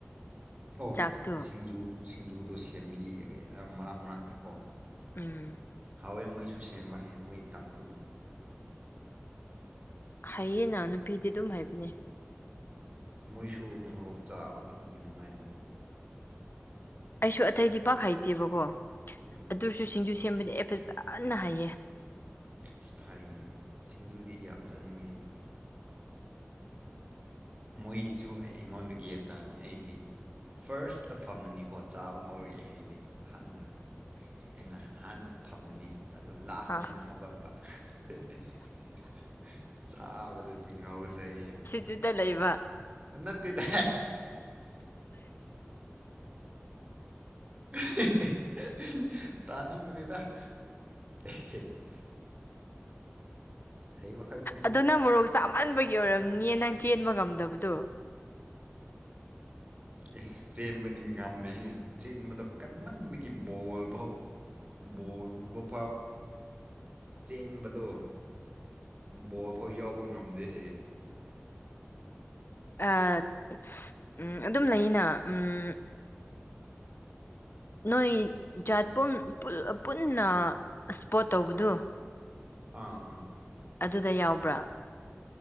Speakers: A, on the right (about 30°); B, on the left (about 50°).
A: ꯑꯣ
B: ꯆꯥꯛꯇꯨ
A: ꯁꯤꯡꯖꯨ ꯁꯤꯡꯖꯨꯗꯣ ꯁꯦꯝꯕꯤꯌꯦꯕ ꯃꯔꯛ ꯃꯔꯛꯇ ꯀꯣ
B: ꯎꯝ
A: ꯍꯥꯎꯋꯦ ꯃꯣꯏꯁꯨ ꯁꯦꯝꯕ ꯍꯩꯌꯦ ꯃꯣꯏꯁꯨ ꯇꯥꯡꯈꯨꯜꯅꯤ
B: ꯍꯩꯌꯦꯅ ꯅꯨꯄꯤꯗꯤ ꯑꯗꯨꯝ ꯍꯩꯕꯅꯦ
A: ꯎꯝ ꯃꯣꯏꯁꯨ ꯃꯣꯔꯣꯛ ꯆꯥꯕ ꯑꯗꯨꯒꯤ ꯅꯨꯡꯉꯥꯏꯕ
B: ꯑꯩꯁꯨ ꯑꯇꯩꯗꯤ ꯄꯥꯛ ꯍꯩꯇꯦꯕꯀꯣ
A: ꯎꯝ
B: ꯑꯗꯨꯁꯨ ꯁꯤꯡꯖꯨ ꯁꯦꯝꯕꯗꯤ ꯑꯩ ꯐꯖꯅ ꯍꯩꯌꯦ
A: ꯑꯁ ꯐꯩꯅꯦ ꯁꯤꯡꯖꯨꯗꯤ ꯌꯥꯝ ꯆꯥꯅꯤꯡꯉꯤ ꯑꯩꯗꯤ ꯃꯣꯏꯁꯨ ꯑꯩ ꯑꯩꯉꯣꯟꯗ ꯒ꯭ꯌꯥꯟ ꯇꯥꯔꯅꯤ ꯑꯩꯗꯤ ꯐꯥꯔꯁꯇ ꯐꯝꯃꯅꯤꯀꯣ ꯆꯥꯕ ꯍꯧꯔꯒꯦ ꯍꯥꯏꯗꯤ ꯑꯍꯥꯟꯕ ꯑꯩꯅ ꯍꯥꯟꯅ ꯐꯝꯃꯅꯤ ꯑꯗꯣ ꯂꯥꯁꯇ
B: ꯑꯥ
A: ꯑꯩꯅ ꯍꯧꯒꯠꯄ ꯍꯥ ꯍꯥ ꯆꯥꯕꯗꯗꯤ ꯉꯥꯎꯖꯩ
B: ꯑꯗꯨꯗ ꯂꯩꯕ
A: ꯅꯠꯇꯦꯗ ꯑꯥ ꯍꯦ ꯍꯦ ꯇꯥꯅꯤꯡꯗꯔ꯭ꯦꯗꯥ ꯍꯩꯕꯥꯈꯛ
B: ꯑꯗꯣ ꯅꯪ ꯃꯣꯔꯣꯛ ꯆꯥꯃꯟꯕꯒꯤ ꯑꯣꯏꯔꯝꯅꯤꯌꯦ ꯅꯪ ꯆꯦꯟꯕ ꯉꯝꯗꯕꯗꯣ
A: ꯑꯦ ꯆꯦꯟꯕꯗꯤ ꯉꯝꯃꯦꯍꯦ ꯆꯦꯟꯕꯗꯣ ꯀꯟꯃꯟꯕꯒꯤ ꯕꯣꯜ ꯐꯥꯎ ꯕꯣꯜ ꯕꯥ ꯐꯥꯎ ꯆꯦꯟꯕꯗꯣ ꯕꯣꯜ ꯐꯥꯎ ꯌꯥꯎꯕ ꯉꯝꯗꯦꯍꯦ
B: ꯑꯥ ꯎꯝ ꯑꯗꯨꯝ ꯂꯩꯅ ꯎꯝ ꯅꯣꯏ ꯖꯥꯠ ꯄꯨꯟ ꯄꯨꯟꯅ ꯏꯁꯄꯣꯠ ꯇꯧꯕꯗꯣ
A: ꯑꯥ ꯑꯥ
B: ꯑꯗꯨꯗ ꯌꯥꯎꯕ꯭ꯔꯥ